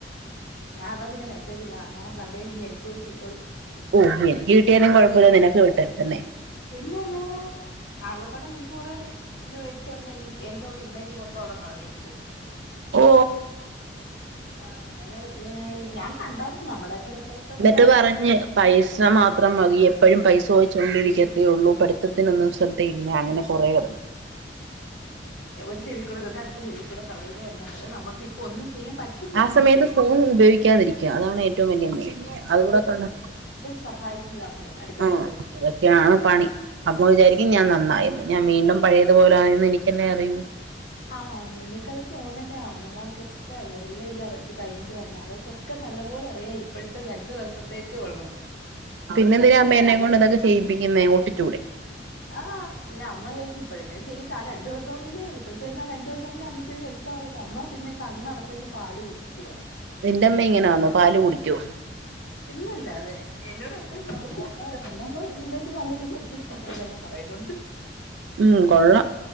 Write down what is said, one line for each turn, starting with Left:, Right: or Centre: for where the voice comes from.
Left: ഞാൻ അതാ പിന്നെ മെസേജ് ഇടാ അത്‌ എങ്ങാനും കണ്ട് കഴിഞ്ഞാ എനിക്കൂടി ച
Right: ഓ എനിക്ക് കിട്ടിയാലും കുഴപ്പല്ല നിനക്ക് കിട്ടരുത് അല്ലേ
Left: പിന്നെ അല്ലാതെ ആകപാടെ നീ കൊറേ ഇത് വെച്ച് തന്ന് എനീ എന്റെ ഉള്ള ഇമേജ് മൊത്തം അവിടെ കളഞ്ഞിരിക്കുവാ
Right: ഓ
Left: ആഹ് അങ്ങനെ ഞാൻ കണ്ടാരുന്നു നമ്മുടെയൊക്കെ റിസൾട്ട്
Right: എന്നിട്ട്
Left: ഉണ്ടായിരുന്നല്ലോ
Right: പറഞ്ഞ് പൈസ മാത്രം മതി എപ്പഴും പൈസ ചോയിച്ചോണ്ടിരിക്കത്തേ ഉള്ളൂ പഠ ഠിത്തത്തിനൊന്നും ശ്രദ്ധ ഇല്ല അങ്ങനെ കുറേ പറഞ്ഞു
Left: ഒരു ചെവിക്കൂടെ കേട്ട് അടുത്ത ചെവിക്കൂടെ കളയുക എന്ന അല്ലാതെ നമുക്ക് ഇപ്പോ ഒന്നും ചെയ്യാൻ പറ്റില്ല
Right: ആ സമയത്ത് ഫോൺ ഉപയോഗിക്കാതിരിക്ക അതാണ് ഏറ്റവും വലിയ മെയിൻ അതുകൂടെ ക
Left: സഹായിക്കു അമ്മേ അടുക്കളയിൽ
Right: ആഹ്
Left: ചെന്ന്
Right: ഇതൊക്കെയാണ് പണി അപ്പൊ വിചാരിക്കും ഞാൻ നന്നായെന്ന് ഞാൻ വീണ്ടും പഴയതുപോലെ ആയെന്ന് എനിക്കല്ലെ അറിയൂ
Left: ആഹ് നിനക്കത് തോന്നലാ അമ്മമാർക്കൊക്കെ ഇവരെല്ലാം ഈ ഇത് കഴിഞ്ഞിട്ട് വന്ന അവർക്കൊക്കെ ക്കെ നല്ല പോലെ അറിയാം ഇപ്പഴത്തെ രണ്ടു ദിവസത്തേക്കേ ഒള്ളന്ന്
Right: പിന്നെന്തിനാ അമ്മ എന്നെ കൊണ്ട് അതൊക്കെ ചെയ്യിപ്പിക്കുന്നേ ഒട്ടിച്ചൂടെ
Left: ആഹ് അമ്മ വിചാരിക്കും ഇപ്പോഴെങ്കിലും ചെയ്യട്ട് ആ രണ്ട് ദിവസം ങ്കില് റിസൾട്ട് വരുന്ന രണ്ട ദിവസംകൂടെ അമ്മയ്ക്ക് ഒരു ഹെൽപ്പ് ആവട്ട് അമ്മ പിന്നെ കണ്ണടച്ചങ് പാല് കുടിക്കുവാ
Right: നിൻ്റെമ്മ ഇങ്ങനെ ആന്നോ പാല് കുടിക്കോ?
Left: പിന്നല്ലാതെ എന്നോട് എപ്പഴും പറയും നിന്റെ അമ്മ നിന്റെ അടുത്ത് പറയുന്നുണ്ടെങ്കി എന്റെ അമ്മ എന്റെ അടുത്തും എല്ലാം പറയുന്നുണ്ട്.
Right: ഉം കൊള്ളാം.